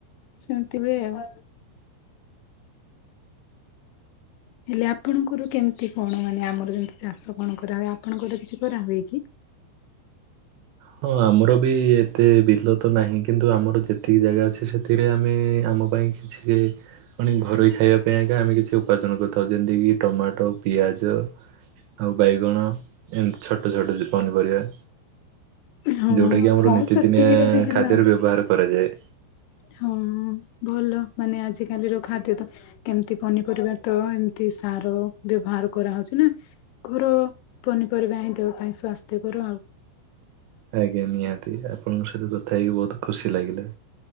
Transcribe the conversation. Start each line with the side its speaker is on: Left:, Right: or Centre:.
Left: ସେମତି ହୁଏ ଆଉ ହେଲେ ଆପଣଙ୍କର କେମିତି କଣ ମାନେ ଆମର ଯେମତି ଚାଷ କଣ କରାହୁଏ? ଆପଣଙ୍କର କିଛି କରାହୁଏ କି?
Right: ହଁ ଆମର ବି ଏତେ ବିଲ ତ ନାହିଁ। କିନ୍ତୁ ଆମର ଯେତିକି ଜାଗା ଅଛି ସେ ସେଥିରେ ଆମେ ଆମ ପାଇଁ କିଛି ମାନେ ଘରୋଇ ଖାଇବା ପାଇଁ ଏକା ଆମେ କିଛି ଉପାର୍ଜନ କରିଥାଉ। ଯେମିତିକି ଟମାଟୋ, ପିଆଜ। ଆଉ ବାଇଗଣ ଏମିତି ଛୋଟ ଛୋଟ ଯେ ପନିପରିବା।
Left: ହଁ
Right: ଯଉଟା କିି ଆମର
Left: ହଁ
Right: ନିତିଦିନିଆ
Left: ସେତିକିରେ ବି ହେଲା
Right: ଖାଦ୍ୟରେ ବ୍ୟବହାର କରାଯାଏ।
Left: ହଁ ଭଲ ମାନେ ଆଜିକାଲିର ଖାଦ୍ୟ ତ କେମତି ପନିପରିବା ତ ଏମତି ସାର ବ୍ୟବହାର କରାହଉଛି ନା ଘର ପନିପରିବା ହିଁ ଦେହ ପାଇଁ ସ୍ଵାସ୍ଥ୍ୟକର ଆଉ
Right: ଆଜ୍ଞା ନିହାତି। ଆପଣଙ୍କ ସହିତ କଥା ହେଇକି ବହୁତ ଖୁସି ଲାଗିଲା।